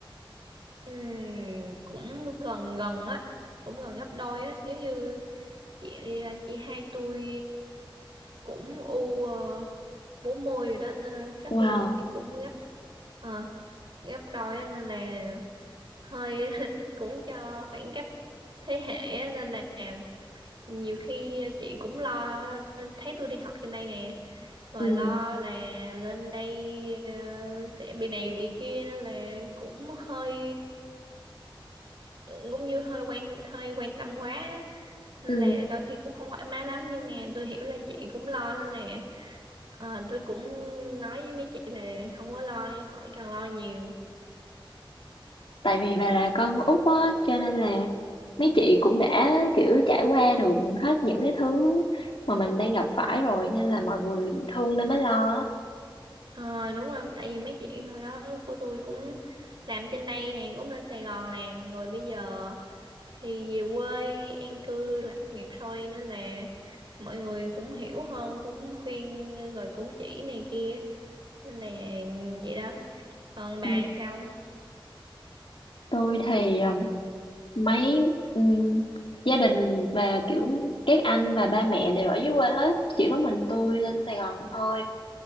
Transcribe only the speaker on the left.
Wow
ừ.
Ừ.
tại vì bà là con út á cho nên là mấy chị cũng đã kiểu trải qua được hết những cái thứ mà mình đang gặp phải rồi nên là mọi người thương nên mới lo á.
Ừ,
tôi thì um, mấy um, gia đình và kiểu các anh và ba mẹ đều ở dưới quê hết chỉ có mình tôi lên Sài Gòn thôi